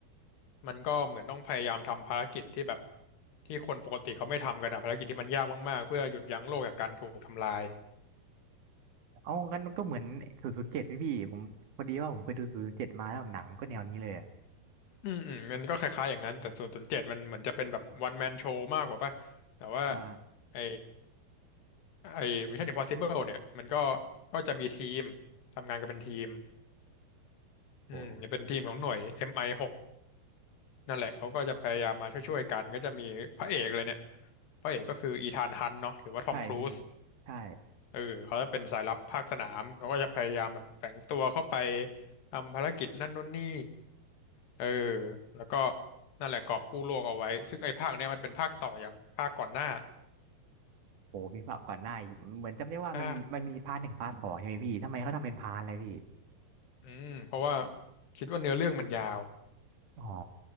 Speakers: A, on the left; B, on the right.
A: มันก็เหมือนต้องพยายามทำภารกิจที่แบบที่คนปกติเขาไม่ทำกันอะภารกิจที่มันยากมากๆเพื่อหยุดยั้งโลกจากการถูกทำลาย
B: เอางั้นก็เหมือนศูนย์ศูนย์เจ็ดไี่พี่ผมพอดีว่าผมเคยดูศูนย์ศูนย์เจ็ดมาแล้วหนังมันก็แนวนี้เลยอะ
A: อืมอืมมันก็คล้ายๆอย่างนั้นแต่ส่วนศูนย์เจ็ดมันเหมือนจะเป็นแบบวันแมนโชว์มากกว่าป่ะแต่ว่า
B: ใช่
A: ไอไอ Mission Impossible เนี่ยมันก็ก็จะมีทีมทำงานกันเป็นทีมอืมจะเป็นทีมของหน่วย
B: โอ้
A: MI6 นั่นแหละเขาก็จะพยายามมาช่วยๆกันก็จะมีพระเอกเลยเนี่ยพระเอกก็คืออีธานฮันต์เนาะหรือว่าทอมครูซ
B: ใช่พี่ใช่
A: เออเขาจะเป็นสายลับภาคสนามเขาก็จะพยายามแบบแฝงตัวเข้าไปทำภารกิจนั่นนู่นนี่เออแล้วก็นั่นแหละกอบกู้โลกเอาไว้ซึ่งไอ้ภาคเนี้ยมันเป็นภาคต่อจากภาคก่อนหน้า
B: โอ้พี่ภาคก่อนหน้าอีกเหมือนจำได้ว่ามันมีมันมีพาร์ทหนึ่งพาร์ทสองใช่ไหมพี่ทำไมเขาทำเป็นพาร์ทอะไรพี่
A: ใช่อืมเพราะว่าคิดว่าเนื้อเรื่องมันยาว
B: อ๋อ